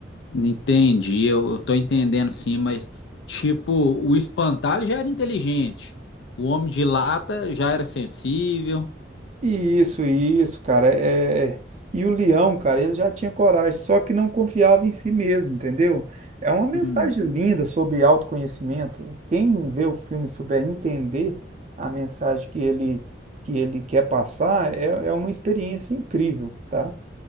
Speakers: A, on the left; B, on the right.
A: entendi. Eu, eu tô entendendo sim, mas tipo, o espantalho já era inteligente. O homem de lata já era sensível.
B: Isso, isso, cara. É... E o leão, cara, ele já tinha coragem, só que não confiava em si mesmo, entendeu? É uma mensagem
A: Hum.
B: linda sobre autoconhecimento. Quem vê o filme e souber entender a mensagem que ele, que ele quer passar, é, é uma experiência incrível, tá?